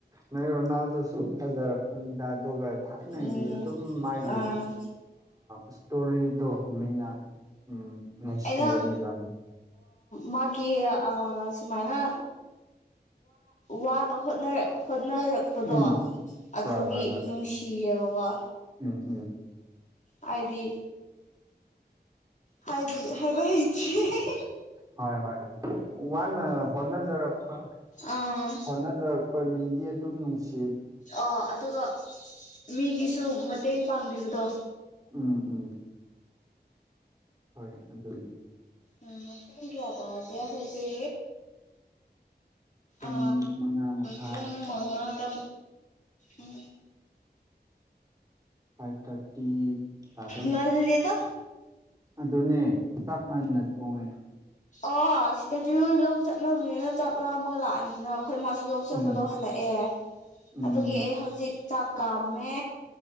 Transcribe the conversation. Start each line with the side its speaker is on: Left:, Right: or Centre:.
Right: ꯅꯔ ꯅꯅꯥꯎꯗ ꯁ ꯐꯖꯔꯛꯄꯅꯤꯗꯥ ꯑꯗꯨꯒꯣꯒ ꯊꯥꯏꯅꯒꯤ
Left: ꯎꯝ
Right: ꯑꯗꯨꯝ ꯃꯥꯒꯤ
Left: ꯑꯥ
Right: ꯏꯁꯇꯣꯔꯤꯗꯣ ꯃꯤꯅ ꯎꯝ ꯅꯨꯡꯁꯤꯕꯅꯦꯕ
Left: ꯑꯩꯅ ꯃꯥꯒꯤ ꯁꯨꯃꯥꯏꯅ ꯋꯥꯅ ꯣꯠꯅ ꯍꯣꯠꯅꯔꯛꯄꯗꯣ
Right: ꯎꯝ
Left: ꯑꯗꯨꯒꯤ
Right: ꯍꯣꯏ ꯍꯣꯏ ꯍꯣꯏ
Left: ꯅꯨꯡꯁꯤꯌꯦꯕꯀꯣ
Right: ꯎꯝ ꯎꯝ
Left: ꯍꯥꯏꯗꯤ ꯍꯥꯏꯗꯤ ꯍꯥꯏ ꯏꯗꯤꯦ
Right: ꯍꯣꯏ ꯍꯣꯏ ꯋꯥꯅ ꯍꯣꯠꯅꯖꯔꯛꯄ
Left: ꯑꯥ
Right: ꯍꯣꯠꯅꯖꯔꯛꯄ ꯃꯤꯗꯤ ꯑꯗꯨꯝ ꯅꯨꯡꯁꯤ
Left: ꯑꯣ ꯑꯗꯨꯒ ꯃꯤꯒꯤꯁꯨ ꯃꯇꯦꯡ ꯄꯥꯡꯕꯤꯕꯗꯣ
Right: ꯎꯝ ꯎꯝ ꯍꯣꯏ ꯑꯗꯨ
Left: ꯎꯝ ꯊ ꯀꯌꯥ ꯄ ꯀꯌꯥ ꯍꯥꯏꯒꯦ
Right: ꯄꯨꯡ
Left: ꯑ
Right: ꯃꯉꯥ ꯃꯈꯥꯏ
Left: ꯄꯨꯡ ꯃꯉꯥ ꯀ ꯑ
Right: ꯐꯥꯏꯚ ꯊꯥꯔꯇꯤ ꯇꯗꯔ
Left: ꯉꯜꯂꯤꯗ
Right: ꯑꯗꯨꯅꯦ ꯆꯥꯛ ꯃꯥꯟꯟꯅ ꯇꯣꯡꯉꯦ
Left: ꯑ ꯁꯤꯗꯗꯤ ꯂꯣꯏ ꯂꯧ ꯆꯠꯅꯕꯅꯤꯅ ꯆꯥꯛ ꯂꯥꯝꯃꯒ ꯂꯥꯛꯑꯅꯤꯗꯅ ꯑꯩꯈꯣꯏ ꯃꯥꯁꯨ ꯂꯧ ꯆꯠꯄꯗꯣ
Right: ꯎꯝ
Left: ꯍꯜꯂꯛꯑꯦ
Right: ꯎꯝ
Left: ꯑꯗꯨꯒꯤ ꯑꯩ ꯍꯧꯖꯤꯛ ꯆꯥꯛ ꯀꯥꯝꯃꯦ